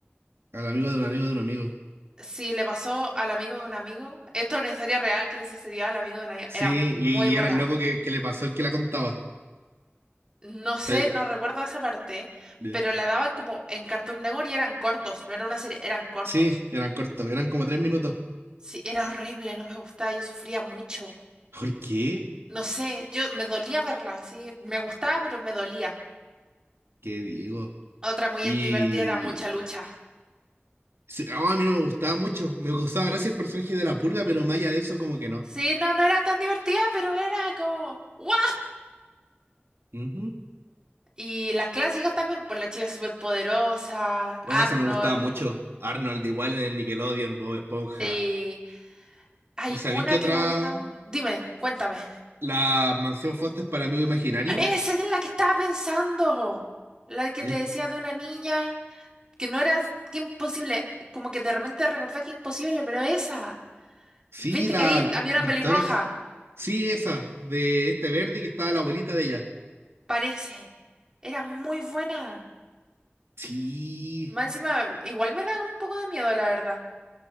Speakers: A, on the right (about 80°); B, on the right (about 20°).
A: al amigo de un amigo de un amigo.
B: sí, le pasó al amigo de un amigo. Esto es una historia real que le sucedió al amigo de un amigo.
A: Sí,
B: Era muy
A: y,
B: buena.
A: era el loco que, que le pasó el que la contaba.
B: No sé,
A: Sí,
B: no recuerdo esa parte,
A: bien.
B: pero la daba como en Cartoon Network y eran cortos, no era una serie, eran cortos.
A: Sí, eran cortos, eran como tres minutos.
B: Sí, era horrible, no me gustaba, yo sufría mucho.
A: ¿Por qué?
B: No sé, yo me dolía verla, sí, me gustaba, pero me dolía.
A: ¿Qué digo?
B: Otra muy
A: Y,
B: en- divertida era Mucha Lucha.
A: Sí, oh, a mí no me gustaba mucho. Me gustaba gracias el personaje de la pulga, pero más allá de eso, como que no.
B: Sí, no, no era tan divertida, pero era como, ¿what?
A: Ujú.
B: Y las clásicas también, pues la chica superpoderosa,
A: Oh,
B: Arnold,
A: eso me gustaba mucho. Arnold igual en el Nickelodeon, Bob Esponja.
B: sí. Hay
A: ¿Y sabéis
B: una
A: qué otra?
B: que me gustaba. mu- Dime, cuéntame.
A: La mansión Foster para amigo imaginario.
B: Esa es la que estaba pensando. La que
A: Eh,
B: te decía de una niña que no era que imposible. Como que de repente recordé que imposible, pero esa.
A: sí,
B: Viste
A: la
B: que ahí había una
A: Victorix.
B: pelirroja.
A: Sí, esa, de este verde que estaba la abuelita de ella.
B: Parece. Era muy buena.
A: Sí,
B: Más encima, igual me da un poco de miedo, la verdad.